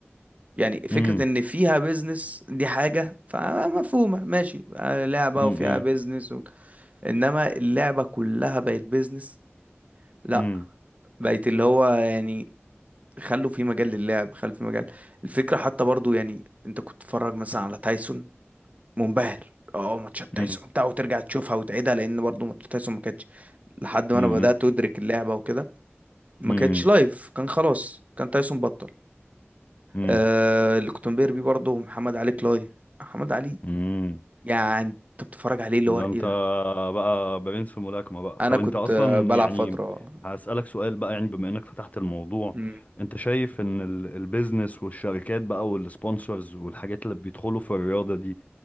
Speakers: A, on the right; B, on the left.
A: يعني فكرة
B: امم
A: ان فيها بيزنس دي حاجة فمفهومة ماشي آه، لعبة
B: امم
A: وفيها بيزنس و... انما اللعبة كلها بقت بيزنس لا
B: امم
A: بقت اللي هو يعني خلوا في مجال للعب خلوا في مجال الفكرة حتى برضو يعني انت كنت تتفرج مثلا على تايسون منبهر اه ماتشات تايسون
B: امم
A: بتاع وترجع تشوفها وتعيدها لان برضو ماتشات تايسون ما كانتش لحد ما
B: امم
A: انا بدأت ادرك اللعبة وكده ما
B: امم
A: كانتش لايف كان خلاص كان تايسون بطل
B: امم
A: آه اللي كنت بنبهر بيه برضه محمد علي كلاي محمد علي
B: امم
A: يعني انت بتتفرج عليه اللي
B: ده
A: هو
B: انت
A: ايه ده
B: بقى برنس في ملاكمة بقى
A: انا
B: طب
A: كنت
B: انت اصلا
A: آه، بلعب
B: يعني
A: فتره
B: هسألك سؤال بقى يعني بما انك فتحت الموضوع
A: مم.
B: انت شايف ان ال- البيزنس والشركات بقى والسبونسرز والحاجات اللي بيدخلوا في الرياضة دي